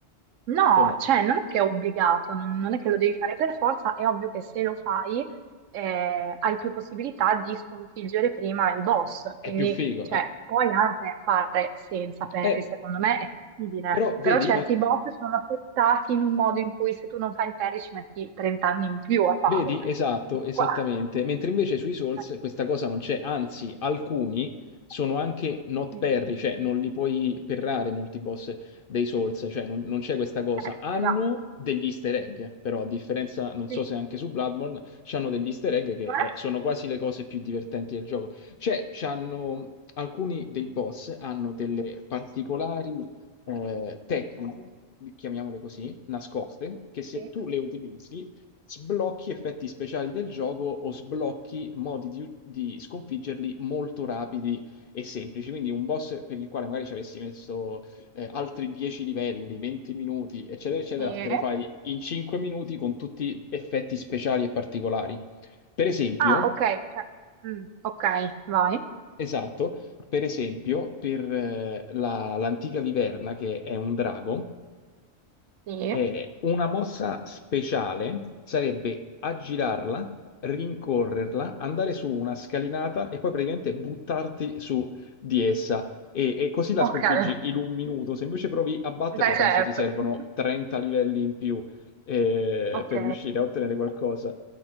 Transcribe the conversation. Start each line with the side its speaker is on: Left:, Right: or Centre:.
Right: No,
Left: o no?
Right: cioè non è che è obbligato, non, non è che lo devi fare per forza, è ovvio che se lo fai eh, hai più possibilità di sconfiggere prima i boss,
Left: È
Right: quindi
Left: più figo,
Right: cioè,
Left: eh.
Right: puoi anche fare senza Perry,
Left: Eh,
Right: secondo me è fattibile,
Left: però vedi,
Right: però certi
Left: ma
Right: boss sono affettati in un modo in cui se tu non fai il Perry ci metti 30 anni in più a farlo,
Left: Vedi? Esatto,
Right: ecco, tutto
Left: esattamente.
Right: qua.
Left: Mentre invece sui Souls
Right: <laughs>
Left: questa
Right: Eh,
Left: cosa non c'è, anzi, alcuni sono anche not
Right: sì,
Left: parry, cioè non li puoi perrare molti boss dei Souls, cioè non, non c'è questa cosa.
Right: eh,
Left: Hanno
Right: esatto,
Left: degli easter egg, però a differenza, non so
Right: sì,
Left: se anche su Bloodborne, c'hanno degli easter egg che
Right: Cioè?
Left: eh, sono quasi le cose più divertenti del gioco. Cioè, c'hanno, alcuni dei boss hanno delle particolari eh, tecniche, chiamiamole così, nascoste, che se
Right: sì,
Left: tu le utilizzi sblocchi effetti speciali del gioco o sblocchi modi di, di sconfiggerli molto rapidi e semplici. Quindi un boss per il quale magari ci avessi messo eh, altri 10 livelli, 20 minuti, eccetera, eccetera,
Right: sì.
Left: te lo
Right: sì.
Left: fai in 5 minuti con tutti effetti speciali e particolari. Per esempio,
Right: Ah, ok, cioè, mm, ok, vai,
Left: esatto, per esempio, per eh, la- l'antica viverna, che è un drago,
Right: sì,
Left: E una mossa speciale sarebbe aggirarla, rincorrerla, andare su una scalinata e poi praticamente buttarti su di essa. E, e così la
Right: ok.
Left: sconfiggi
Right: <laughs>
Left: in un minuto. Se invece provi a batterla,
Right: Beh, certo.
Left: penso ti servono
Right: <laughs>
Left: 30 livelli in più eh,
Right: Ok.
Left: per riuscire a ottenere qualcosa.